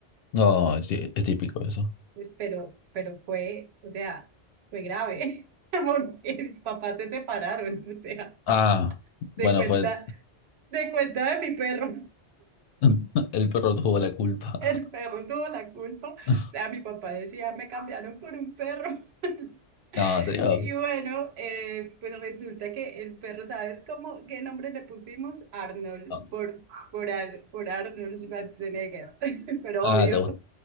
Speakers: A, on the left; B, on the right.
A: no, sí, es típico eso.
B: Pues, pero, pero fue, o sea, fue grave, <laughs> porque mis papás se separaron, o sea,
A: Ah, bueno,
B: de cuenta,
A: fue
B: de cuenta de mi perro.
A: <laughs> el perro tuvo la culpa.
B: El perro tuvo la culpa. O
A: <laughs>
B: sea, mi papá decía, me cambiaron por un perro. <laughs>
A: No, ¿en serio?
B: Y bueno, eh, pues resulta que el perro, ¿sabes cómo, qué nombre le pusimos? Arnold,
A: No.
B: por, por, Ar- por Arnold Schwarzenegger, <laughs> pero
A: Ah,
B: obvio,
A: ¿te, gust-